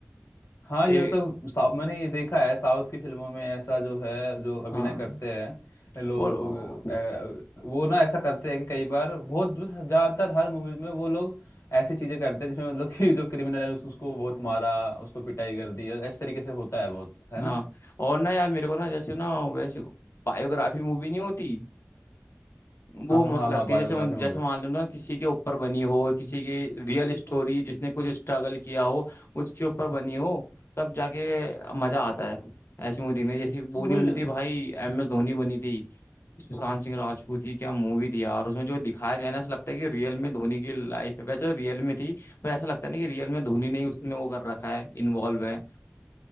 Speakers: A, on the left; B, on the left.
A: हाँ
B: ए
A: ये मतलब साउ- मैंने ये देखा है साउथ की फिल्मों में ऐसा जो है जो
B: हाँ
A: अभिनय करते हैं लोग
B: और
A: अ, वो ना ऐसा करते हैं कि कई बार बहुत ज्यादातर हर मूवीज में वो लोग ऐसी चीजें करते हैं जिसमें मतलब कि जो क्रिमिनल है उस, उसको बहुत मारा उसको पिटाई कर दी इस तरीके से होता है बहुत है ना
B: हाँ और ना यार मेरे को ना जैसे ना वैसे बायोग्राफी मूवी नहीं होती वो
A: हाँ हाँ
B: मस्त
A: हाँ
B: लगती
A: हाँ बायोग्राफी
B: है जैसे मन-
A: मूवी
B: जैसे मान लो ना किसी के ऊपर बनी हो किसी के रियल स्टोरी जिसने कुछ स्ट्रगल किया हो उसके ऊपर बनी हो तब जाके मजा आता है ऐसी मूवी देखने जैसे बोनी
A: मुझे
B: बनी थी भाई एम एस धोनी बनी थी सुशांत सिंह राजपूत की क्या मूवी थी यार उसमें जो दिखाया गया है ना ऐसा लगता है कि रियल में धोनी की लाइफ है वैसे रियल में थी पर ऐसा लगता है ना कि रियल में धोनी ने ही उसमें वो कर रखा है इन्वॉल्व है